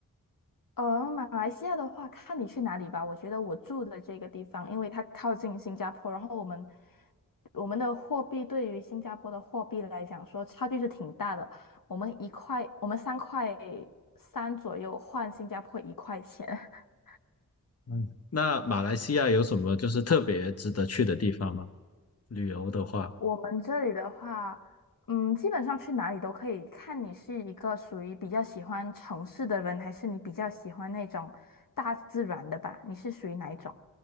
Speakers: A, on the left; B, on the left.
A: 呃，马来西亚的话，看你去哪里吧。我觉得我住的这个地方，因为它靠近新加坡，然后我们我们的货币对于新加坡的货币来讲说，差距是挺大的。我们一块，我们三块三左右换新加坡一块钱。<laughs>
B: 嗯，那马来西亚有什么就是特别值得去的地方吗？旅游的话。
A: 我们这里的话，嗯，基本上去哪里都可以，看你是一个属于比较喜欢城市的人，还是你比较喜欢那种大自然的吧？你是属于哪一种？